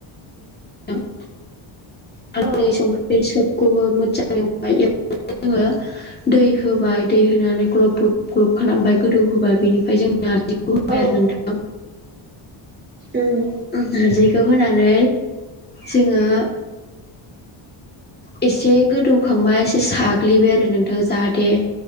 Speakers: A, on the left; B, on the right.
A: <unintelligible> हालदै
B: औ
A: संख्रि सबखौबो मोजां एवबाय, एवनानै जोङो दै होबाय दै होनानै ग्लब ग्लब ग्लब खालामबाय, गोदौ होबाय बेनिफ्राय जों नारजिखौ होबाय
B: औ
A: आरो नोंथां।
B: उम
A: नारजिखौ होनानै जोङो एसे गोदौखांबा एसे साग्लिबाय आरो नोंथां जाहाथे